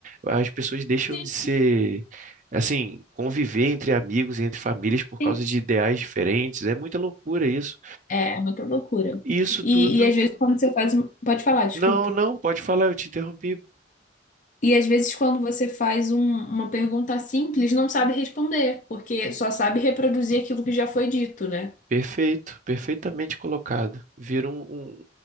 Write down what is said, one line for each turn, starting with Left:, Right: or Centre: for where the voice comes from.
Right: As pessoas deixam
Left: Sim.
Right: de ser, assim, conviver entre amigos, entre famílias por causa
Left: sim.
Right: de ideais diferentes. É muita loucura isso.
Left: É é muita loucura.
Right: E Isso
Left: E,
Right: tudo.
Left: e às vezes quando você faz. um- Pode falar, desculpa.
Right: Não, não, pode falar, eu te interrompi.
Left: E às vezes quando você faz um- uma pergunta simples, não sabe responder, porque só sabe reproduzir aquilo que já foi dito, né?
Right: Perfeito, perfeitamente colocado. Vira um, um-